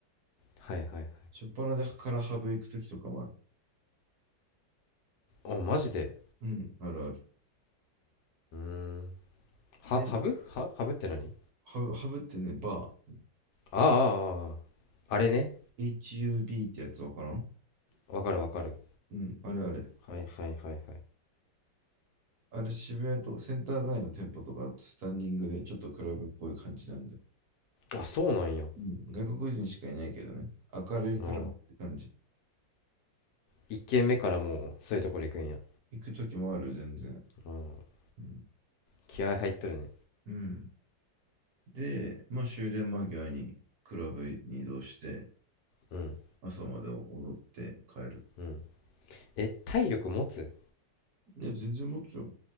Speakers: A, on the left (about 75°); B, on the right (about 60°).
A: はいはいは
B: 初っ端からハブ行くときとかもある。
A: いあマジで、
B: うん、あるある。
A: うん、はハブはハブって何
B: で、ハブ、ハブってね、バー。
A: あああああああれね
B: HUB ってやつわからん
A: わかるわかる
B: うん、あれあれ。
A: はいはいはいはい
B: あれ渋谷とセンター街の店舗とかスタンディングでちょっとクラブっぽい感じなんで。
A: あそうなんやあ
B: うん、外国人しかいないけどね。明るいクラブって感じ。
A: あ1軒目からもうそういうところ行くんや
B: 行く時もある、全然。
A: うん
B: うん。
A: 気合入っとるね
B: うん。で、まあ終電間際にクラブに移動して、
A: うん
B: 朝まで踊って帰る。
A: うんえ体力持つ
B: いや、全然持つよ。